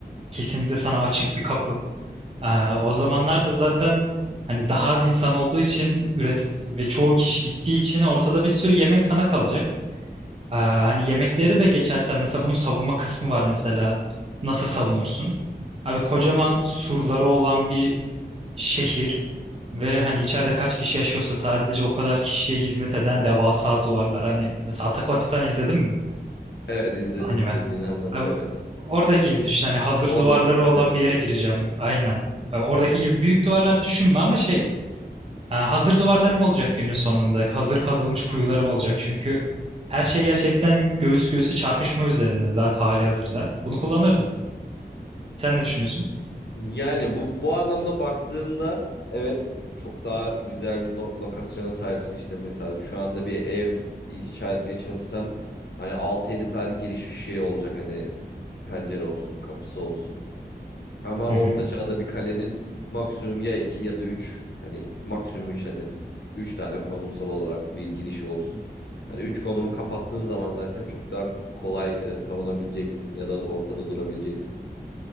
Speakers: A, on the right (about 35°); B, on the left (about 80°).
A: kesinlikle sana açık bir kapı. Aa, o zamanlarda zaten hani daha az insan olduğu için üret ve çoğu kişi gittiği için ortada bir sürü yemek sana kalacak. Aa, hani yemekleri de geçersen mesela bunun savunma kısmı var mesela. Nasıl savunursun? Abi kocaman surları olan bir şehir. Ve hani içeride kaç kişi yaşıyorsa sadece o kadar kişiye hizmet eden devasa duvarlar. Hani mesela Attack on Titan izledin mi?
B: Evet izledim
A: Anime.
B: dediğini anladım
A: Abi,
B: evet.
A: oradaki gibi düşün. Hani hazır
B: Oradaki
A: duvarları
B: kare
A: olan
B: evet.
A: bir yere gireceğim. Aynen. E, Oradaki gibi büyük duvarlar düşünme ama şey. ha, Hazır duvarlarım olacak günün sonunda. Hazır kazılmış kuyularım olacak. Çünkü her şey gerçekten göğüs göğüse çarpışma üzerinde zaten hali hazırda. Bunu kullanırdım. Sen ne düşünüyorsun?
B: Yani bu, bu anlamda baktığında evet çok daha güzel bir no- lokasyona sahipsin işte mesela şu anda bir ev inşa etmeye çalışsan hani altı yedi tane giriş şey olacak hani pencere olsun kapısı olsun. Ama
A: Hı
B: orta
A: hı.
B: çağda bir kalenin maksimum ya 2 ya da üç hani maksimum 3 hadi 3 tane konumsal olarak bir girişi olsun. Hani 3 konumu kapattığın zaman zaten çok daha kolay e, savunabileceksin ya da ortada durabileceksin.